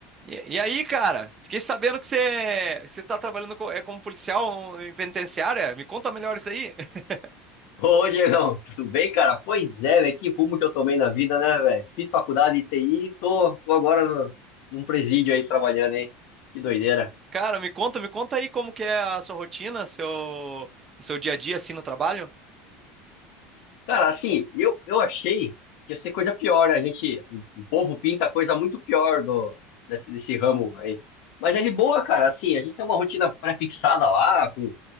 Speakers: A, on the right (about 30°); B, on the left (about 60°).
A: E, e aí, cara, fiquei sabendo que você, que você tá trabalhando co- é, como policial em penitenciária. Me conta melhor isso aí. <laughs>
B: Ô, Diegão, tudo bem, cara? Pois é, velho, que rumo que eu tomei na vida, né, velho? Fiz faculdade de TI, tô, tô agora no- num presídio aí trabalhando, hein? Que doideira.
A: Cara, me conta, me conta aí como que é a sua rotina, seu, o seu dia a dia assim no trabalho.
B: Cara, assim, eu, eu achei que ia ser coisa pior, né? A gente, o, o povo pinta coisa muito pior do, desse, desse ramo aí. Mas é de boa, cara, assim, a gente tem uma rotina pré-fixada lá, com,